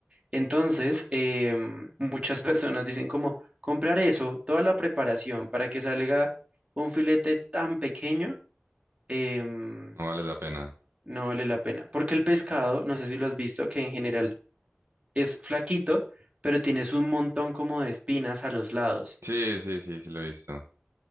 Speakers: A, on the right; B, on the right.
A: Entonces, eh, muchas <laughs> personas dicen como comprar eso, toda la preparación para que salga un filete tan pequeño, em,
B: No vale la pena.
A: no vale la pena. Porque el pescado, no sé si lo has visto, que en general es flaquito, pero tienes un montón como de espinas a los lados.
B: Sí, sí, sí, sí lo he visto.